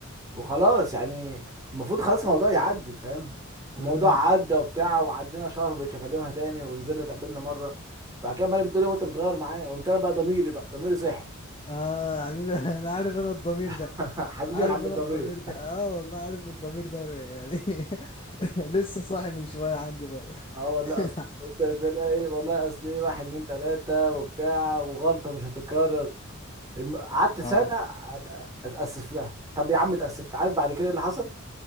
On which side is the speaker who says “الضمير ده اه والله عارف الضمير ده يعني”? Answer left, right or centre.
Left